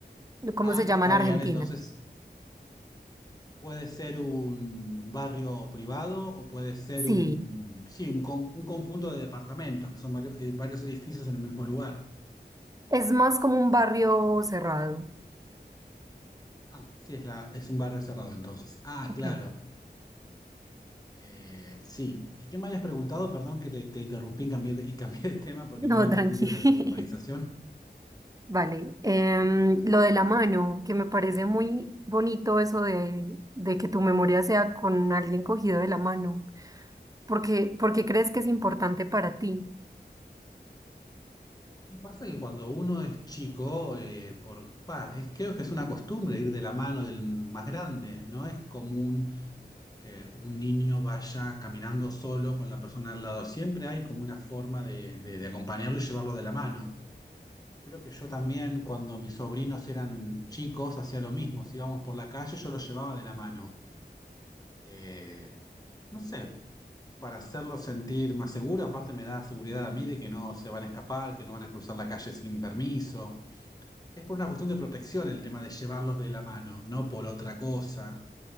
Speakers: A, on the right (about 20°); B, on the left (about 20°).
A: ¿Cómo
B: Ah,
A: se llama
B: está
A: en Argentina?
B: bien, entonces Puede ser un barrio privado o puede ser
A: Sí,
B: un, sí, un, con- un conjunto de departamentos, que son varios, eh, varios edificios en el mismo lugar.
A: es más como un barrio cerrado.
B: Ah, sí, es, la, es un barrio cerrado entonces. Ah,
A: Ok,
B: claro. Eh, sí. ¿Y qué me habías preguntado? Perdón que te, te interrumpí y cambié de, y cambié de tema porque
A: no,
B: no había entendido
A: tranqui.
B: lo de la urbanización.
A: <laughs> Vale, em, lo de la mano, que me parece muy bonito eso de, de que tu memoria sea con alguien cogido de la mano. porque porque crees que es importante para ti?
B: Y pasa que cuando uno es chico, eh, por, pa, es- creo que es una costumbre ir de la mano del más grande. No es común que un niño vaya caminando solo con la persona al lado. Siempre hay como una forma de, de- de acompañarlo y llevarlo de la mano. Creo que yo también, cuando mis sobrinos eran chicos, hacía lo mismo. Si íbamos por la calle, yo los llevaba de la mano eh, no sé, para hacerlo sentir más seguro. Aparte me da seguridad a mí de que no se van a escapar, que no van a cruzar la calle sin permiso. Es por una cuestión de protección el tema de llevarlos de la mano, no por otra cosa.